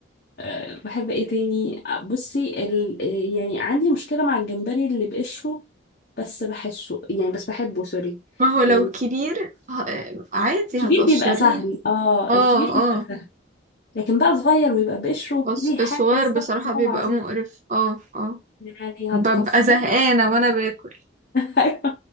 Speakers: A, on the left (about 50°); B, on the right (about 40°).
A: آه، بحب ايه تاني آه، بصي ال... آه، يعني عندي مشكلة مع الجمبري اللي بقشره بس بحسه يعني بس بحبه سوري
B: ما هو لو
A: يعني
B: كبير ه- عادي
A: الكبير
B: هتقشريه
A: بيبقى سهل اه
B: اه
A: الكبير بيبقى
B: اه
A: سهل. لكن بقى صغير ويبقى بقشره
B: بس
A: دي حاجة
B: الصغير
A: استغفر
B: بصراحة
A: الله
B: بيبقى
A: العظيم
B: مقرف اه اه
A: يعني
B: ببقى
A: هتكفروه
B: زهقانة وانا باكل
A: <laughs> أيوة.